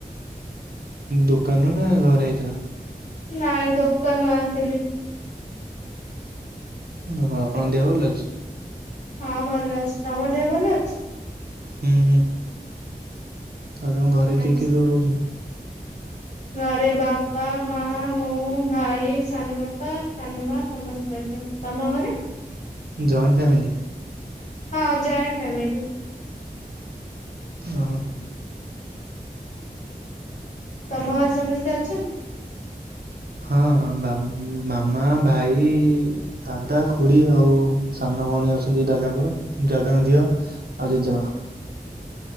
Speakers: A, on the right; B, on the left.
A: ଦୋକାନରୁ ନା ଘରେ ହେଇଥିଲା?
B: ନାଇଁ ଦୋକାନରୁ ଆଣିଥିଲି।
A: ହଁ ଆପଣଙ୍କ ଦେହ ଭଲ ଅଛି?
B: ହଁ ଭଲ ଅଛି, ତମର ଦେହ ଭଲ ଅଛି?
A: ହୁଁ ହୁଁ। ଆଉ ତମ ଘରେ କିଏ
B: ଆଚ୍ଛା
A: କିଏ ସବୁ ରହୁଛନ୍ତି?
B: ଘରେ ବାପା, ମା, ମୁଁ, ଭାଇ, ସାନ ବାପା, ସାନ ମା ସମସ୍ତେ ଅଛନ୍ତି। ତମ ଘରେ
A: ଜଏଣ୍ଟ ଫ୍ୟାମିଲି।
B: ହଁ ଜଏଣ୍ଟ ଫ୍ୟାମିଲି।
A: ଓ ହୋ।
B: ତମ ଘରେ ସମସ୍ତେ ଅଛନ୍ତି?
A: ହଁ ବା ମାମା ଭାଇ ଦାଦା, ଖୁଡି ଆଉ ସାନ ଭଉଣୀ ଅଛନ୍ତି ଦାଦାଙ୍କର, ଦାଦାଙ୍କ ଝିଅ ଆଉ ଜେଜେମା।